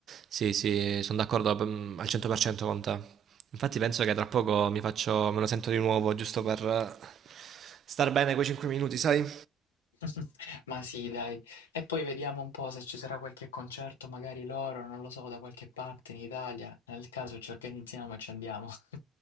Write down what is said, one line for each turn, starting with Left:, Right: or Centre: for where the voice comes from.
Right: Sì, sì, sono d'accordo mm, al 100% con te. Infatti penso che tra poco mi faccio, me lo sento di nuovo, giusto per eh, star bene quei 5 minuti, sai?
Left: <laughs> Ma sì, dai. E poi vediamo un po' se ci sarà qualche concerto, magari loro, non lo so, da qualche parte in Italia. Nel caso ci organizziamo e ci andiamo. <laughs>